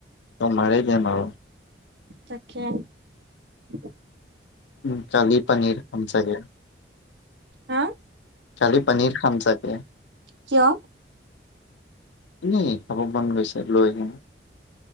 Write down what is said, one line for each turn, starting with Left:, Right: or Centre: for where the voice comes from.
Left: অ মাৰে দিয় মাৰ
Right: তখেল <unintelligible>
Left: উ কালী পানীৰ খাম চাগে
Right: হা
Left: কালী পানীৰ খামচাগে
Right: কিয়
Left: এনেই অগ মন গৈছে লৈ আহিম